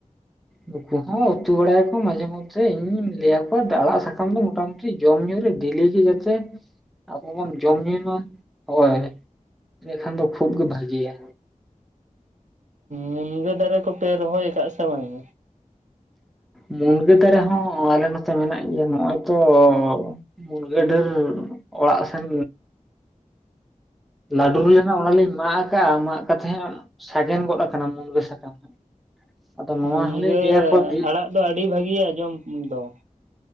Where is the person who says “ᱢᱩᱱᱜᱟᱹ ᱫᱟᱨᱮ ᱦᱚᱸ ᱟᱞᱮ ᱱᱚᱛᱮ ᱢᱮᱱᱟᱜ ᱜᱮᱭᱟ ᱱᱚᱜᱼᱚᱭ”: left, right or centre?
Centre